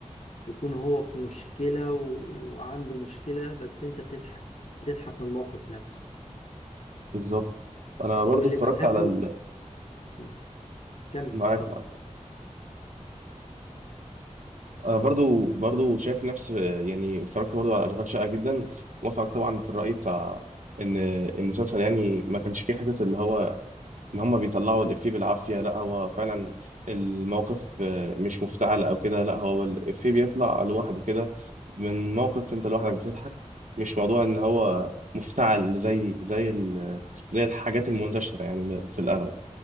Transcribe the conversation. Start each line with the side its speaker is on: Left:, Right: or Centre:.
Left: بيكون هو في مشكلة و... وعنده مشكلة بس أنت بتضحك بتضحك من الموقف نفسه
Right: بالظبط انا برضو
Left: واللي
Right: اتفرجت
Left: بحبه
Right: على ال...
Left: م. كمل
Right: معاك
Left: اتفضل
Right: معاك انا برضو برضو شايف نفس يعني اتفرجت برضو على اشغال شقه جدا موافقك طبعا في الراي بتاع ان المسلسل يعني ما كانش فيه حته اللي هو ان هم بيطلعوا الافيه بالعافيه لا هو فعلا الموقف آه، مش مفتعل او كده لا هو الافيه بيطلع لوحده كده من موقف انت لوحدك بتضحك مش موضوع ان هو مفتعل زي زي ال... زي الحاجات المنتشره يعني في الاغلب